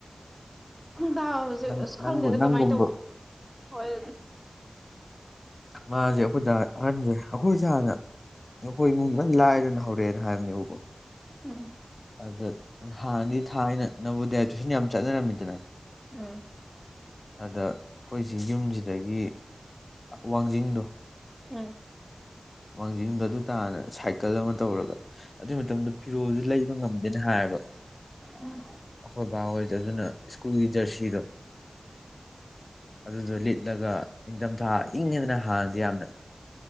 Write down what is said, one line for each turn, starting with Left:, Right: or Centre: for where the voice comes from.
Centre: ꯗꯥꯎꯁ‌ꯦ
Left: ꯅꯪ
Centre: ꯑꯁ ꯈꯪꯗꯦꯗ
Left: ꯅꯪꯕꯨ ꯅꯪꯒꯨꯝꯕ
Centre: ꯀꯃꯥꯏꯅ ꯇꯧꯕꯅ‌ꯣ ꯍꯣꯏ
Left: ꯃꯥꯁꯦ ꯑꯩꯈꯣꯏ ꯗꯥ ꯑꯍꯟꯅꯤ ꯑꯩꯈꯣꯏꯁꯦ ꯍꯥꯟꯅ ꯑꯩꯈꯣꯏ ꯏꯃꯨꯡ ꯂꯣꯏ ꯂꯥꯏꯔꯅ ꯍꯧꯔꯛꯑꯦꯅ ꯍꯥꯏꯕꯅꯦꯕꯀꯣ
Centre: ꯎꯝ
Left: ꯑꯗ ꯍꯥꯟꯅꯗꯤ ꯊꯥꯏꯅ ꯅꯥꯚ‌ꯣꯗꯌꯥꯏ ꯇꯨꯏꯁꯟ ꯌꯥꯝ ꯆꯠꯅꯔꯝꯃꯤꯗꯅ
Centre: ꯎꯝ
Left: ꯑꯗ ꯑꯩꯈꯣꯏꯁꯤ ꯌꯨꯝꯁꯤꯗꯒꯤ ꯋꯥꯡꯖꯤꯡꯗꯣ
Centre: ꯎꯝ
Left: ꯋꯥꯡꯖꯤꯡꯗꯣ ꯑꯗꯨ ꯇꯥꯅ ꯁꯥꯏꯀꯜ ꯑꯃ ꯇꯧꯔꯒ ꯑꯗꯨꯏ ꯃꯇꯝꯗ ꯐꯤꯔꯣꯜꯁꯨ ꯂꯩꯕ ꯉꯝꯗꯦꯅ ꯍꯥꯏꯌꯦꯕ
Centre: ꯎꯝ
Left: ꯑꯩꯈꯣꯏ ꯕꯥ ꯍꯣꯏꯗ ꯑꯗꯨꯅ ꯁ꯭ꯀꯨꯜꯒꯤ ꯖꯔꯁꯤꯗꯣ ꯑꯗꯨꯗꯣ ꯂꯤꯠꯂꯒ ꯅꯤꯡꯊꯝꯊꯥ ꯏꯪꯉꯤꯗꯅ ꯍꯥꯟꯅꯗꯤ ꯌꯥꯝꯅ